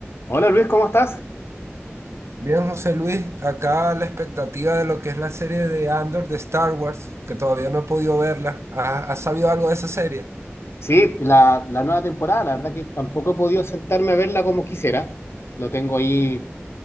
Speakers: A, on the left (about 65°); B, on the right (about 75°).
A: Hola Luis, ¿cómo estás?
B: Bien, José Luis, acá la expectativa de lo que es la serie de Andor de Star Wars, que todavía no he podido verla. ¿Ha- ¿Has, sabido algo de esa serie?
A: Sí, la, la nueva temporada, la verdad que tampoco he podido sentarme a verla como quisiera. Lo tengo ahí